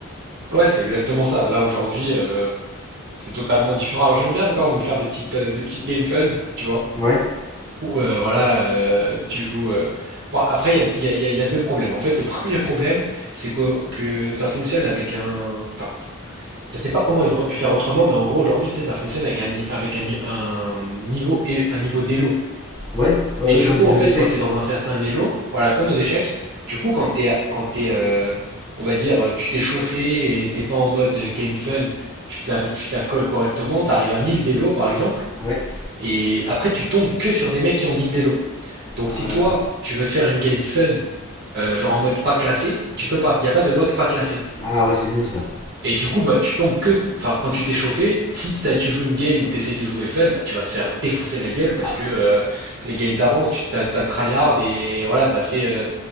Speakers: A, on the right; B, on the left.
A: ouais, c'est exactement ça. Là aujourd'hui, euh, c'est totalement différent. Alors j'aime bien encore me faire des petites euh, des petites games fun, tu vois.
B: Ouais,
A: Ou euh, voilà, euh, tu joues. euh, Bon, après, il y a, il y a- il y a- il y a deux problèmes. En fait, le <laughs> premier problème, c'est que, que ça fonctionne avec un. Enfin, je sais pas comment ils auraient pu faire autrement, mais en gros, aujourd'hui, tu sais, ça fonctionne avec un ni- avec un, ni- un niveau et un niveau d'élo.
B: ouais, ouais,
A: Et
B: ouais,
A: du
B: comme
A: coup,
B: des
A: en
B: jeux
A: fait,
B: d'échecs.
A: quand tu es dans un certain élo, voilà, comme aux échecs, du coup, quand t'es à- quand t'es, euh, on va dire, euh, tu t'es chauffé et t'es pas en mode euh, game fun, tu te la tu te la colles correctement, t'arrives à 1000 d'élo, par exemple,
B: Ouais.
A: et après, tu tombes que sur des mecs qui ont 1000 d'élo. Donc
B: Euh,
A: si toi, tu veux te faire une game fun, euh, genre en mode pas classé, tu peux pas. Il n'y a pas de mode pas classé.
B: Ah ouais, c'est nul ça.
A: Et du coup, bah, tu tombes que, enfin, quand tu t'es chauffé, si t'as- tu joues une game où tu essayes de jouer fun, bah, tu vas te faire défoncer la gueule parce
B: Ah,
A: que euh, les games d'avant, tu t'as, t'as tryhard et voilà, t'as fait, euh,